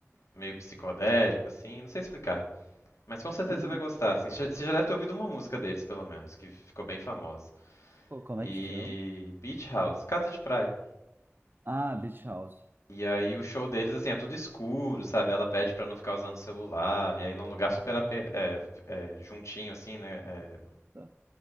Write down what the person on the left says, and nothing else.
meio psicodélico assim, não sei explicar. Mas com certeza
você vai gostar, assim. você já deve ter ouvido uma música deles, pelo menos, que ficou bem famosa.
E
Beach House, Casa de Praia.
E aí o show deles, assim, é tudo escuro, sabe? Ela pede pra não ficar usando celular, e aí num lugar super aper- é, é, juntinho, assim, né? É,